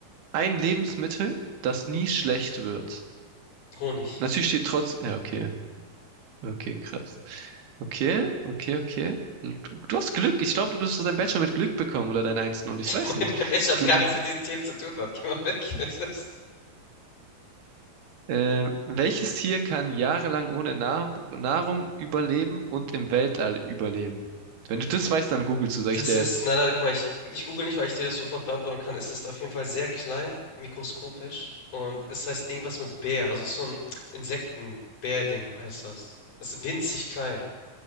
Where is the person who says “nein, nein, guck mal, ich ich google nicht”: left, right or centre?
Left